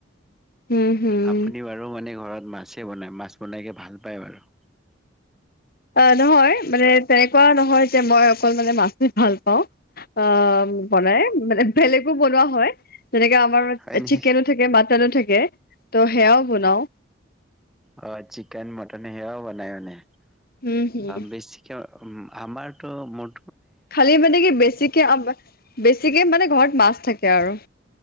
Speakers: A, on the left; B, in the centre.
A: হুম, হুম।
B: আপোনি বাৰু। আৰু মানে ঘৰত মাছে বনায় মাছ বনাইকৈ ভাল পায় বাৰু।
A: অ' নহয় মানে তেনেকুৱা নহয় যে মই অকল মানে মাচি ভাল পাওঁ। অ' বনাই মানে বেলেগো বনোৱা হয় যেনেকে আমাৰ
B: হয় নেকি?
A: চিকেনত থাকে মাতানো থাকে ত' সেয়াও বনাও।
B: অ' চিকন মটন সেই আ বনাই মানে।
A: উম, হুম।
B: বেছিকৈ আমাৰতো মোৰ
A: খালি মানে কি বেছিকে বেছিকে মানে ঘৰত মাছ থাকে আৰু।